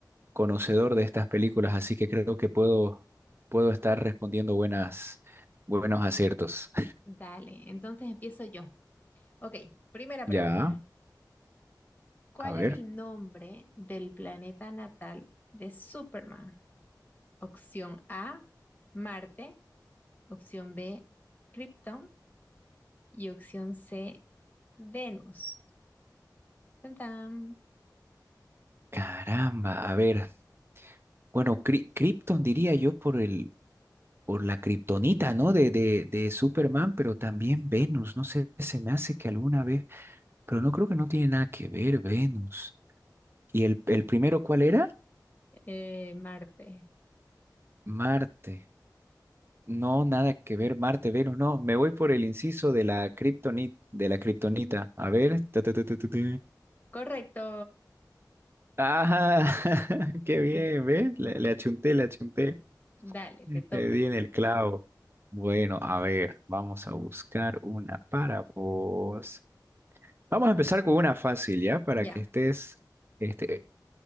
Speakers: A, on the right; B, on the left.
A: conocedor de estas películas, así que creo que puedo, puedo estar respondiendo buenas, buenos aciertos.
B: Dale, entonces empiezo yo. Ok, primera pregunta.
A: <laughs> Ya,
B: ¿Cuál
A: a ver.
B: es el nombre del planeta natal de Superman? Opción A, Marte, opción B, Krypton y opción C, Venus. Tan, tan.
A: Caramba, a ver. Bueno, Cri- Krypton diría yo por el, por la kriptonita, ¿no? De, de, de Superman, pero también Venus. No sé, se me hace que alguna vez Pero no creo que no tiene nada que ver Venus. ¿Y el, el primero cuál era?
B: Eh, Marte.
A: Marte. No, nada que ver, Marte, Venus, no. Me voy por el inciso de la kriptonita, de la kriptonita. A ver. ta, ta, ta, ta, ta, ta.
B: Correcto.
A: Ah, <laughs> qué bien,
B: <laughs>
A: ¿ves? Le, le achunté,
B: Sí,
A: le achunté.
B: Dale,
A: Le
B: te toca.
A: di en el clavo. Bueno, a ver, vamos a buscar una para vos. Vamos a empezar con una fácil, ¿ya? Para
B: Ya,
A: que estés este,